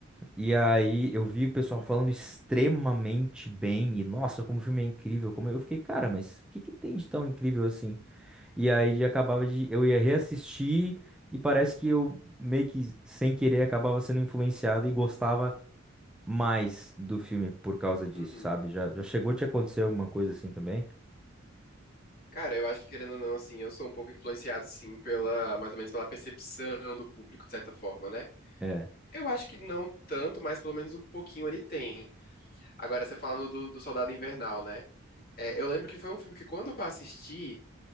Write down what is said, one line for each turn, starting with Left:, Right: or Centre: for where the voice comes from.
Centre: E aí eu vi o pessoal falando extremamente bem, e nossa, como o filme é incrível, como eu fiquei, cara, mas o que que tem de tão incrível assim? E aí acabava de, eu ia reassistir e parece que eu meio que sem querer acabava sendo influenciado e gostava mais do filme por causa disso,
Left: Uhum.
Centre: sabe? Já, já chegou a te acontecer alguma coisa assim também?
Left: Cara, eu acho que querendo ou não, assim, eu sou um pouco influenciado, sim, pela, mais ou menos pela percepção do público, de certa forma, né?
Centre: É,
Left: Eu acho que não tanto, mas pelo menos um pouquinho ele tem. Agora, você falando do, do Soldado Invernal, né? É, eu lembro que foi um filme que quando eu assisti,